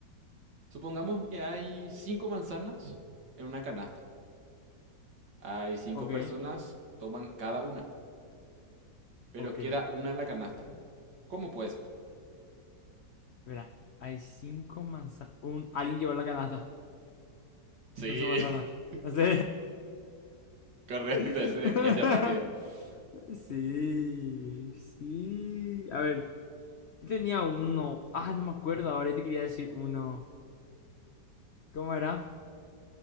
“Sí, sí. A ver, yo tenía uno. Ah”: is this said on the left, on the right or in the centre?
Left